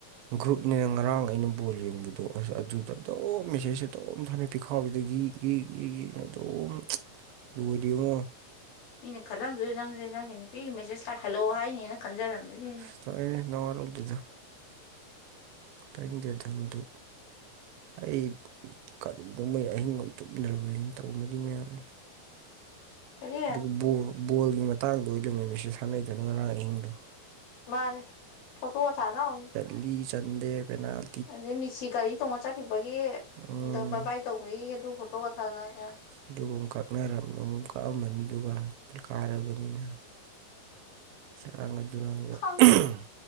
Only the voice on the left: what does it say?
ꯃꯤꯅ ꯈꯜꯂꯝꯗꯣꯏ ꯅꯪꯁꯦ ꯅꯪꯒꯤ ꯅꯨꯄꯤꯒꯤ ꯃꯦꯁꯦꯖ ꯂꯥꯛ ꯍꯜꯂꯣ ꯍꯥꯏꯅꯦꯅ ꯈꯟꯖꯔꯝꯗꯣꯏꯅꯤꯅꯦ
ꯀꯔꯤ
ꯃꯥꯅꯤ ꯐꯣꯇꯣ ꯊꯥꯅ ꯑꯝ
ꯑꯗꯩ ꯃꯤꯁꯤ ꯒꯥꯔꯤ ꯇꯣꯡꯑ ꯆꯠꯈꯤꯕꯒꯤ
ꯕꯥꯏ ꯕꯥꯏ ꯇꯧꯕꯒꯤ ꯑꯗꯨ ꯐꯣꯇꯣꯒ ꯊꯥꯔꯛꯑꯦ
ꯈꯪꯗꯦ